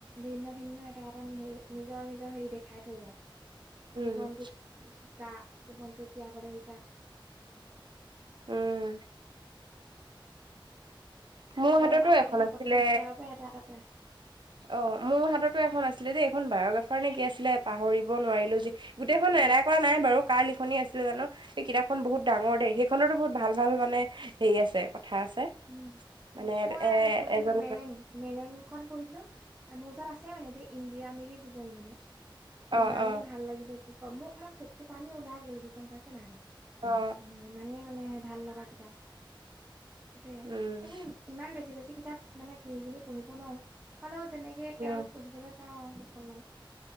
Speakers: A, on the right; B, on the right.
A: ভিন্ন ভিন্ন এটা এটা হ নিজৰ নিজৰ হেৰি দেখাই থৈ যায়।
B: উম
A: জীৱনটো শিকা, জীৱনটো জীয়বলে শিকা।
B: উম। মোৰ
A: প্ৰেৰণা
B: হাততো
A: থাকে
B: এখন
A: ন
B: আছিলে,
A: প্ৰতিখন কিতাপৰ পৰা এটা এটা
B: অ মোৰ হাততো এখন আছিলে দেই। এখন বায়গ্ৰাফাৰ নে কি আছিলে পাহৰিব নোৱাৰিলো যি গোটেইখন
A: উম
B: এৰা কৰা নাই বাৰু কাৰ লিখনি আছিলে জানো। এই কিতাপখন বহুত ডাঙৰ দেই সেইখনতো বহুত ভাল ভাল মানে হেৰি আছে কথা আছে।
A: উম,
B: মানে
A: মই
B: এ
A: আহে পঢ়িছিলো
B: এজন
A: মেৰেং।
B: এজন
A: মেৰেংখন পঢ়িছিলো, মোৰ ওচৰত আছে মানে এতিয়া ইন্দিৰা মিৰি জীৱনী মানে। ইমানেই
B: অ অ
A: ভাল লাগিলে কি কম, মো মোৰ চকু পানী ওলাই গ'লগে পাইছে নাই বাৰু।
B: অ।
A: ম ইমানেই মানে ভাল লগা কিতাপ। সেইটোয়ে,
B: উম
A: এমি ইমান বেছি বেছি কিতাপ মানে কিনি কিনি পঢ়িব নোৱাৰো। হলেওঁ তেনেকে
B: উম
A: আৰু পঢ়িবলৈ চাওঁ কেইখনমান।